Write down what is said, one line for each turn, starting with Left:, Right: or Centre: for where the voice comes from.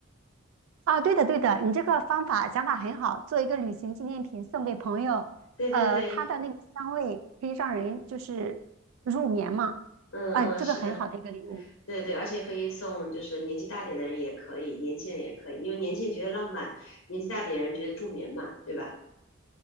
Right: 啊，对的，对的，你这个方法想法很好，做一个旅行纪念品送给朋友，
Left: 对对对，
Right: 呃，它的那个香味可以让人就是入眠嘛，
Left: 嗯嗯，
Right: 哎，这个很好的一个礼物。
Left: 是的，对对，而且可以送，就是年纪大点的人也可以，年轻人也可以，因为年轻人觉得浪漫，年纪大点的人觉得助眠嘛，对吧？